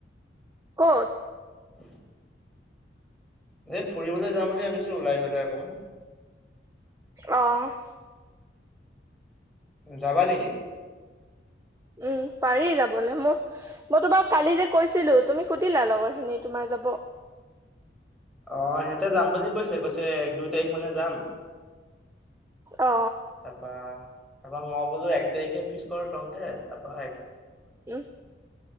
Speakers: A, on the right; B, in the centre.
A: ক'ত?
B: <inaudible> হে ফুৰিবলৈ যাওঁ বুলি ভাবিছো ওলাই পেলাই অকমান।
A: অ'।
B: যাবা নেকি?
A: উম, পাৰি যাবলৈ মোৰ মই তোমাক কালি যে কৈছিলো তুমি সুধিলা লগৰ খিনি তোমাৰ যাব।
B: অ', সিহঁতে যাম বুলি কৈছে কৈছে এক দুই তাৰিখ মানে যাম।
A: অ
B: তাপা তাপা ম বলো এক তাৰিখে ফিক্স কৰ টনতে তাপা
A: উম